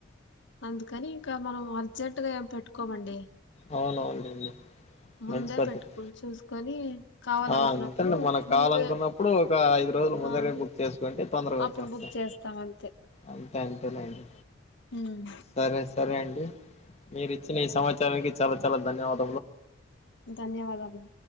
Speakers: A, on the left; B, on the left.
A: అందుకని ఇంకా మనం అర్జెంట్ గా ఏం పెట్టుకోమండి
B: అవునవునండి
A: ముందే
B: మంచి పద్ధతి
A: పెట్టుకుని చూసుకొని కావాలనుకున్నప్పుడు
B: ఆ అంతేనండి మనకు
A: ముందే
B: కావాలనుకున్నప్పుడు ఒక ఐదు రోజుల ముందరే
A: ఆ
B: బుక్ చేసుకుంటే తొందరగా
A: అప్పుడు
B: వచ్చేస్తాది
A: బుక్ చేస్తాం అంతే
B: అంతే అంతేలెండి
A: ఉమ్
B: సరే సరే అండి మీరు ఇచ్చిన ఈ సమాచ మీ చాల చాల ధన్యవాద
A: ధన్యవాదాలు